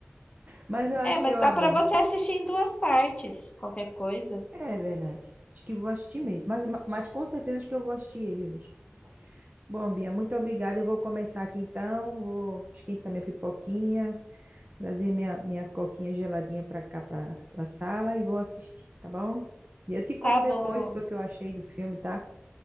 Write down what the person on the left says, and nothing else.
É, mas
dá
pra você assistir em duas partes. Qualquer coisa.
Tá bom.